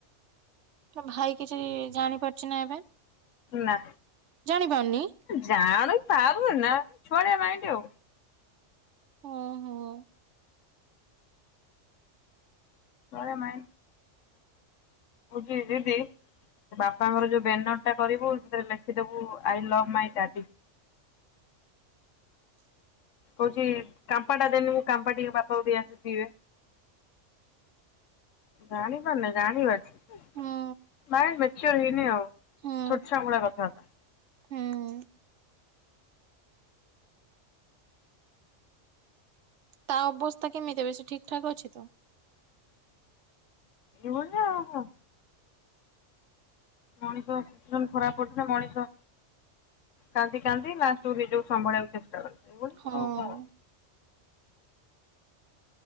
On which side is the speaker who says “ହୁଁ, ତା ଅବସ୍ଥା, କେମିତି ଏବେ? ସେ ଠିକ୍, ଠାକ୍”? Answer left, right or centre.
Right